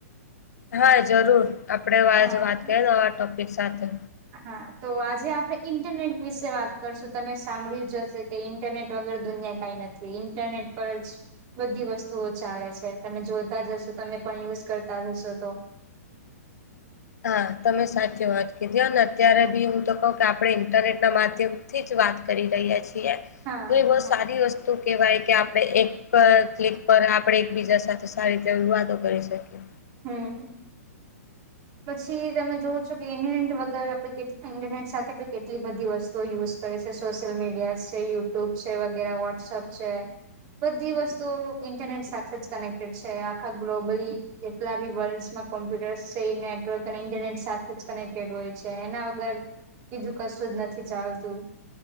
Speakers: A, on the left; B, on the right.
A: હા જરૂર આપડે આજ
B: હા.
A: વાત કરીએ નવા ટોપિક સાથે.
B: હા તો આજે આપણે ઇન્ટરનેટ વિશે વાત કરશું તમે સાંભળ્યું જશે કે ઇન્ટરનેટ વગર દુનિયા કાઈ નથી ઇન્ટરનેટ પર જ બધી વસ્તુઓ ચાલે છે તમે જોતા જશો તમે પણ યુઝ કરતા જશો તો.
A: હા તમે સાચી વાત કીધી ને અત્યારે બી હું તો કહું કે આપણે ઇન્ટરનેટ ના માધ્યમ થી જ વાત કરી રહ્યા છીએ
B: હા
A: તો એ બહ
B: હા
A: સારી વસ્તુ કહેવાય કે આપણે એક ક્લિક પર આપણે એકબીજા સાથે સારી રીતે વાતો કરી શકીએ.
B: હમ્મ. પછી તમે જોવો છો કે ઇન્ટરનેટ વગર ઇન્ટરનેટ સાથે પણ કેટલી બધી વસ્તુ ઓ યુઝ કરે છે સોશિયલ મીડિયા છે યુટ્યુબ છે વગેરે વોટ્સઅપ છે બધી વસ્તુઓ ઇન્ટરનેટ સાથેજ કનેક્ટેડ છે આખા ગ્લોબલી જેટલા બી વર્લ્ડમાં કોમ્પ્યુટર્સ નેટવર્ક અને ઇન્ટરનેટ સાથે જ કનેક્ટેડ હોય છે એના વગર બીજું કશું જ નથી ચાલતું